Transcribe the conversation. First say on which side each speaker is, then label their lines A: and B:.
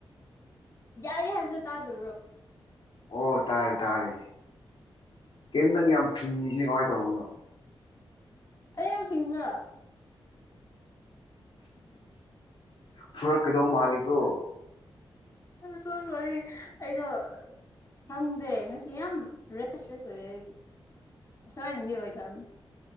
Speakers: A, on the left (about 30°); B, on the left (about 65°).
A: ꯌꯥꯏꯦ ꯍꯥꯏꯕꯗꯨꯣ ꯇꯥꯗꯣ
B: ꯑꯣ ꯇꯥꯔꯦ ꯇꯥꯔꯦ ꯀꯩ ꯅꯪ ꯌꯥꯝ ꯐꯤꯡꯉꯤꯁꯤꯗꯤ ꯀꯃꯥꯏꯅ ꯇꯧꯕꯅꯣ
A: ꯑꯩ ꯌꯥꯝ ꯐꯤꯡꯕ꯭ꯔꯥ
B: ꯐꯨꯔꯛꯀꯗꯧꯕ ꯃꯥꯜꯂꯤꯀꯣ
A: ꯁꯣ ꯁꯣꯔꯤ ꯑꯩꯅ ꯈꯪꯗꯦ ꯉꯁꯤ ꯌꯥꯝ ꯔꯦꯁꯂꯦꯁ ꯑꯣꯏꯌꯦꯗꯤ ꯑꯁꯋꯥꯏꯅꯗꯤ ꯑꯣꯏꯗꯕꯅꯤ